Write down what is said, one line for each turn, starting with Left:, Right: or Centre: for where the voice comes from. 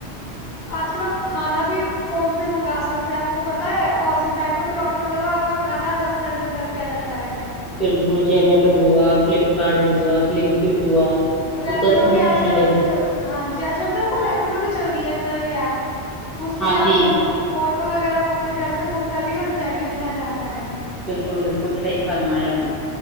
Left: آج کل آپ کھانا بھی فون سے منگا سکتے آپ کو پتائے اور زومیٹو پہ آڈر کرو آپ کا کھانا دس منٹ میں گھر پہ آ جاتا ہے
Centre: بالکل جومیٹو ہوا فلپکارٹ ہوا لنک فٹ ہوا
Left: ریپیڈو
Centre: وہ دس منٹ
Left: بھی آج
Centre: میں ڈلیوری
Left: کل ہاں جی آج کل ب کو ریپیڈو بھی چل گئی ہے مر آپ اس میں
Centre: ہاں جی
Left: آپ کو آٹو وغیرہ بہت اپنے گھر سے بک کری ہے اور جائیے جہاں جانا ہے
Centre: بالکل بالکل صحی فرمایاپنی